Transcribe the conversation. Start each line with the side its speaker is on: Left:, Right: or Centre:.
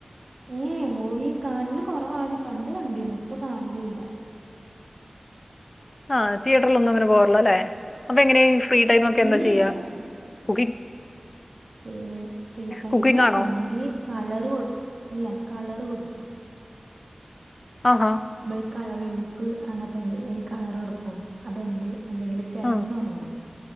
Right: ഏഹേ മൂവി കാണല് കുറവാണ്. പണ്ട് കണ്ടിന്ന് ഇപ്പൊ കാണലില്ല.
Left: ആഹ് തിയേറ്ററിലൊന്നും അങ്ങനെ പോവാറില്ല അല്ലേ. അപ്പൊ എങ്ങനെയ ഫ്രീ ടൈ മൊക്കെ
Right: ഇല്ല
Left: എന്താ ചെയ്യാ?
Right: ഇല്ല
Left: Kuki
Right: free free time
Left: cooking ആണോ
Right: ഒന്നങ്കില് കളറ് കൊ ഇല്ല കളർ കൊടുക്കും
Left: ആഹാ
Right: മ്മളി കളറിംഗ് ബുക്ക് അങ്ങനത്തണ്ട് അയ്ല് കളറൊടുക്കും അതൊണ്ട്. അല്ലെങ്കില് കെടന്നുറങ്ങും.
Left: ആഹ്